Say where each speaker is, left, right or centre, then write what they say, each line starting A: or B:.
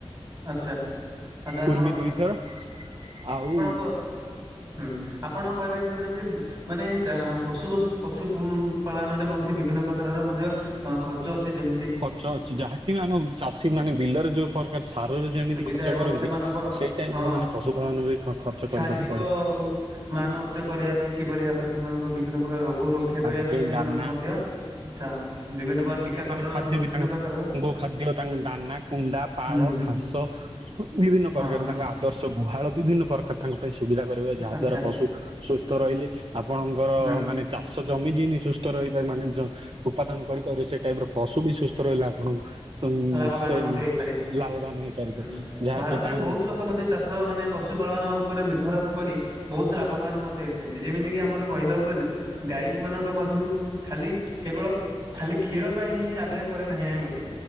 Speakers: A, on the right; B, on the right.
A: ଆଚ୍ଛା ଆଚ୍ଛା ଆପଣ
B: କୁର୍ମି ଦୁଇଥର। ଆଉ
A: କ ହୁଁ। ଆପଣ କହିବା ହିସାବରେ ଯେ ମାନେ ଚା ପଶୁ ପଶୁ ପଶୁ ଉଁ ପାଳନରେ ମଧ୍ୟ ବିଭିନ୍ନ ପ୍ରକାରର ମଧ୍ୟ ଅ ଖର୍ଚ୍ଚ ଅଛି। ଯେମ
B: ଖର୍ଚ୍ଚ ଅଛି, ଯାହାକି ଆମ ଚାଷୀ ମାନେ ବିଲରେ ଯୋଉ ପର ସାରରେ ଯେମିତି
A: ସୁବିଧା
B: ଖର୍ଚ୍ଚ
A: ଏବଂ
B: କରନ୍ତି,
A: ସେମାନଙ୍କର
B: ସେଇ ଟାଇପ
A: ଅ
B: ର ମାନେ ପଶୁ ପାାଳନ ବି ଖର୍ଚ୍ଚ
A: ଶାରୀରିକ
B: କରିବାକୁ ପଡିବ।
A: ମାନ ଉଚ୍ଚ କରିବା ପାଇଁ କିଭଳି ଭାବରେ ସେମାନଙ୍କ ବିଭିନ୍ନ ପ୍ରକାର ରୋଗରୁ ରକ୍ଷା
B: ତାଙ୍କ
A: କରିବା ପାଇଁ ସେମାନଙ୍କୁ
B: ଦାନା
A: ମଧ୍ୟ ଆଛା। ବିଭିନ୍ନ ପ୍ରକାର ଟୀକାକରଣ
B: ମାନେ ଖାଦ୍ୟ
A: ଏବଂ ବିଭିନ୍ନ
B: ବି ତାଙ୍କ,
A: ପ୍ରକାରର
B: ଗୋ ଖାଦ୍ୟ ତାଙ୍କ ଦାନା, କୁଣ୍ଡା, ପାଳ,
A: ହୁଁ
B: ଘାସ ବିଭିନ୍ନ
A: ହଁ
B: ପ୍ରକାର।
A: ଆଚ୍ଛା
B: ତାଙ୍କ ଆଦର୍ଶ ଗୁହାଳ ବିଭିନ୍ନ ପ୍ରକାର ତାଙ୍କ ପାଇଁ ସୁବିଧା କରିବେ, ଯାହା
A: ଆଚ୍ଛା
B: ଦ୍ୱାରା ପଶୁ ସୁସ୍ଥ ରହିଲେ, ଆପଣଙ୍କର
A: ହୁଁ
B: ମାନେ ଚାଷ ଜମି ଯେନି ସୁସ୍ଥ ରହିପାବ ମାନେ ଯ ଉପାଦାନ କରିପାରେ, ସେ ଟାଇପ ର ପଶୁ ବି ସୁସ୍ଥ ରହିଲା। ଆପଣଙ୍କୁ ଉଁ
A: ଲାଭବାନ
B: ସେ
A: ମଧ୍ୟ ହେଇପାରେ
B: ଲାଭବାନ ହେଇପାରିବେ।
A: ହୁଁ
B: ଯାହାକି
A: ଭାରତରେ
B: ତାଙ୍କ
A: ବହୁତ ଲୋକ ମଧ୍ୟ ଚାଷ ମାନେ ପଶୁପାଳନ ଉପରେ ନିର୍ଭର କରି, ବହୁତ ଲାଭବାନ ମଧ୍ୟ ହେଇ ଯେମତି, ଯେମିତିକି ଆମର କହିବାକୁ ଗଲେ, ଗାଈକୁମାନାନଙ୍କ ମଧ୍ୟରୁ ଖାଲି କେବଳ ଖାଲି କ୍ଷୀର ପାଇଁ ହିଁ ଆଦାୟ କରେ ନାହିଁ ନାହିଁ ବୋଲି।